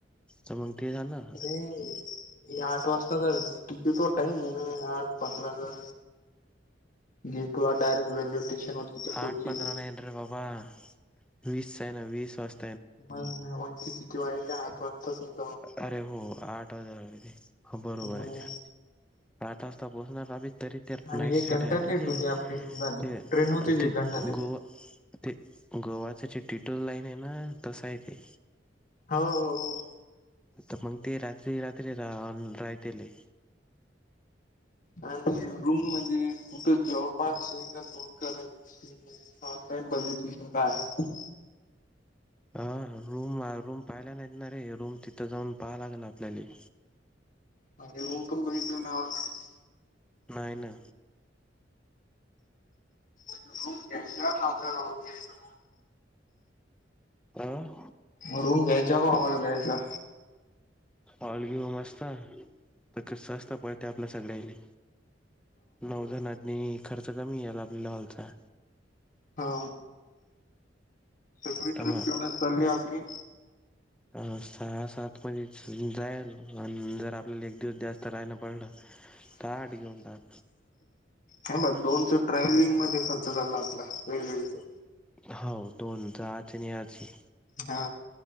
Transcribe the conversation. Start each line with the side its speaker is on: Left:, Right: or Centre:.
Centre: तर मग ते झालं,
Left: हूं... आठ वाजताचा टिकीटवर टाईम हे ना आठ पंधराचा. गेटवर डायरेक्ट रेल्वे स्टेशनवरती त
Centre: आठ
Left: पोहोचीन.
Centre: पंधरा नाही अरे बाबा वीस आहे ना, वीस वाज
Left: मग नाही होत ते <unintelligible> आठ वाजता
Centre: अरे हो आठ वाजायला आलेले हो बरोबर
Left: मग
Centre: आहे. आठ वाजता पोचणार आमी तरी ते
Left: आणि
Centre: नाईट
Left: एक
Centre: स्ट्रिट
Left: घंटा
Centre: आहे ना
Left: लेट
Centre: रे
Left: होती आपली समजा
Centre: ते ते
Left: ट्रेन होतीच
Centre: ते
Left: एक घंटा लेट
Centre: गोवा, ते गोवाचं जे टिटर लाईन आहे ना, तसं आहे ते.
Left: होअ...
Centre: तर मग ते रात्री-रात्री राहून राहतेले
Left: आणि रूम म्हणजे कुठं जवळपास दोर करायची. ऑनलाईन बघू त शकात
Centre: ह रूम -रूम पाहायला नाहीत ना रे, रूम तिथं जाऊन पहा लागल आपल्याले.
Left: म्हणजे रूम पण बघितले नाय <unintelligible>
Centre: नाही ना..
Left: <inaudible>
Centre: आं..
Left: मग रूम घ्यायचा, का हॉल घ्यायचा?
Centre: हॉल घेऊ मस्त तर कस असत बेटर न सगळ्याले. नऊ जणातनी खर्च कमी येईल आपल्याला हॉलचा.
Left: हा फॅमिली
Centre: तमा
Left: ट्रिप केवढयात चाललीये आपली.
Centre: अ सहा-सात मधेच जायल आणि जर आपल्याला एक दिवस जास्त राहायना पडलं, ताट घेऊन टाक.
Left: नाही बघ दोनच ट्रॅव्हलिंग मध्ये खर्च चालला आपला वेगवेगळीचं.
Centre: हो दोन जाआची आणि याची.
Left: हा